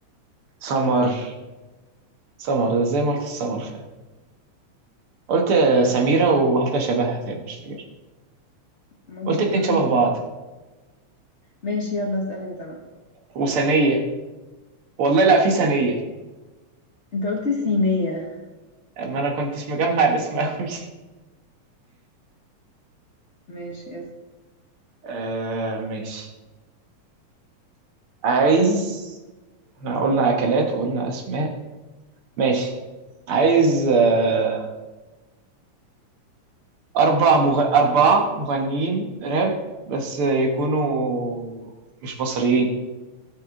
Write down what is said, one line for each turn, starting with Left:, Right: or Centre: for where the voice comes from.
Right: سمر سمر ده زي ما قلت السمر فعلا قلت
Left: طب
Right: سميرة وواحدة شبهها تاني مش فاكر
Left: ممكن
Right: قلت اتنين
Left: كمان
Right: شبه بعض
Left: ماشي يلا اسأل انت بقى
Right: وثانية والله لا في ثانية
Left: انت قلت صينية
Right: ما انا كنتش مجمع الاسم قوي
Left: ماشي اسأل
Right: <laughs> آه ماشي عايز احنا قلنا اكلات وقلنا اسماء ماشي عايز آه اربع مغ... اربعة مغنيين راب بس يكونوا مش مصريين